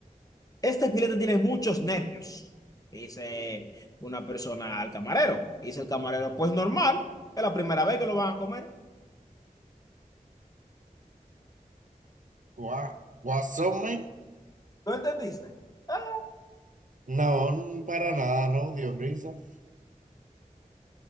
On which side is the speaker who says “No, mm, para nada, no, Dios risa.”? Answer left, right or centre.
Right